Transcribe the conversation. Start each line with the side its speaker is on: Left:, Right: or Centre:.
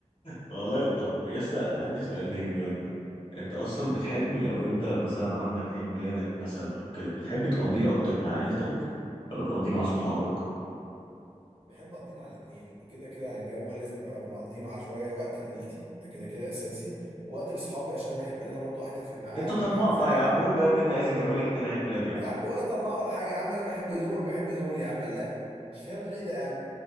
Left: والله طب يسا انا عندي
Right: اه
Left: سؤال ليك بجد انت اصلا
Right: قول
Left: بتحب لو انت مثلا عندك عيد ميلادك مثلا أو كده بتحب تقضيه اكتر مع عيلتك ولا تقضيه مع صحابك
Right: بحب اقضيه مع الاتنين كده كده يعني الجو لازم يبقى بنقضيه مع شويه وقت لعيلتي ده كده كده اساسي وقت لاصحابي عشان انا بحب ان انا برضو احتفل معاهم
Left: انت طماع
Right: بحاجه
Left: بقى
Right: زي كده
Left: يا عم قول بقى ان انت عايز يتعمل لك اتنين عيد ميلاد يا عم
Right: يا عم ولا طماع ولا حاجه يا عم انا بحب دول وبحب دول يا عم لا مش فاهم ايه ده يا عم